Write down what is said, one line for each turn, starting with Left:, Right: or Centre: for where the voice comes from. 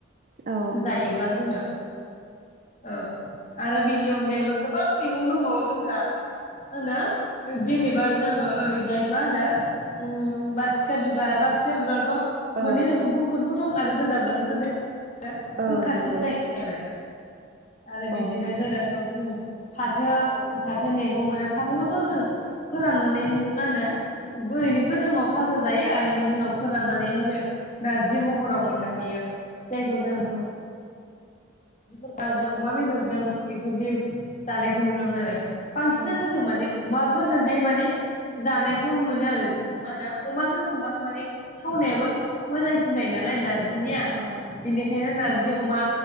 Right: औ
Left: जायोब्ला जोङो। औ आरो बिनि अनगायैबो गोबां मैगं दंबावो जोंहा मा होनो जेनेबा जोङो ओरैजाय मा होनो उम बासिखा बिबार बा <unintelligible>
Right: औ
Left: मोननै रोखोम गुफुरबो दं आरो गोजाबो दं गोजाया
Right: औ
Left: गोखासिन
Right: नंगौ
Left: जायो आरो। आरो
Right: औ
Left: बिदिनो जोंनाथ' उम। फाथो फाथो मेगं मोनो फाथोखौथ' जों फोराननानै मा होनो ओरैनो गोथाङाव फाजा जायो आरो बेनि उनाव फोराननानैहाय जों नार्जि महराव मोननो हायो। जायखौ जों
Right: औ
Left: <unintelligible> जों अमा बेदरजों बेफोरदि जानायखौ नुनो मोनो आरो बांसिनानो
Right: औ
Left: जों माने अमा। फोरजोंहाय माने जानायखौ मोनो आरो मा होनो अमाजों संबासो माने थावनायाबो। मोजांसिन जायो नालाय नार्जिनिया
Right: औ
Left: बेनिखायनो नार्जि अमा।